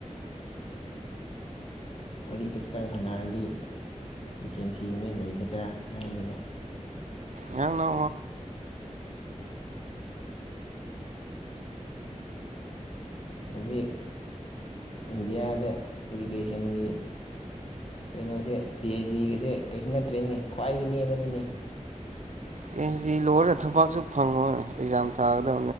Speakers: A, on the left; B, on the right.
A: ꯋꯥꯔꯤꯗ ꯈꯤꯇꯪ ꯁꯥꯟꯅꯔꯗꯤ ꯚꯦꯀꯦꯟꯁꯤ ꯑꯣꯏꯅ ꯂꯩꯒꯗ꯭ꯔꯥ ꯍꯥꯏꯔꯅꯤꯗ
B: ꯌꯥꯥꯡꯅ
A: ꯍꯧꯖꯤꯛ ꯏꯟꯗꯤꯌꯥꯗ ꯏꯗꯨꯀꯦꯁꯟꯒꯤ ꯀꯩꯅꯣꯁꯦ ꯄꯤ ꯑꯩꯆ ꯗꯤꯒꯁꯦ ꯀꯩꯁꯨ ꯅꯠꯇ꯭ꯔꯦꯅꯦ ꯈ꯭ꯋꯥꯏꯒꯤ ꯃꯤ ꯑꯃꯅꯤꯅꯦ
B: ꯀꯗꯤ ꯂꯣꯏꯔꯦ ꯊꯨꯕꯛꯁꯨ ꯐꯪꯉꯣ ꯑꯦꯛꯖꯥꯝ ꯊꯥꯒꯗ